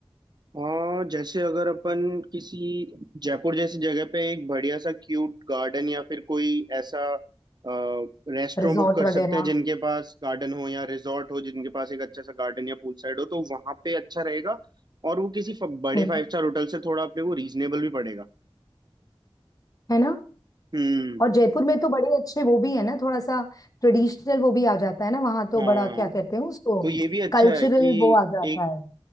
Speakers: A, on the right; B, on the left.
A: हाँ जैसे अगर अपन किसी जयपुर जैसी जगह पे एक बढ़िया सा क्यूट गार्डन या फिर कोई ऐसा रेस्टोरेंट
B: रिजॉर्ट
A: बुक कर सकते
B: वगैरह
A: हैं जिनके पास गार्डन हो या रिजॉर्ट हो जिनके पास एक अच्छा सा गार्डन या पूल साइड हो तो वहां पे अच्छा रहेगा और वो किसी फ- बड़े
B: हम्म
A: फाइव स्टार होटल से थोड़ा अपने को रीजनेबल भी पड़ेगा
B: है ना
A: हम्म
B: और जयपुर में तो बड़े अच्छे वो भी है ना थोड़ा सा ट्रेडिशनल वो भी आ जाता है ना वहां तो
A: हाँ
B: बड़ा क्या कहते हैं उसको
A: तो ये भी अच्छा
B: कल्चरल
A: है कि
B: वो आ जाता
A: एक
B: है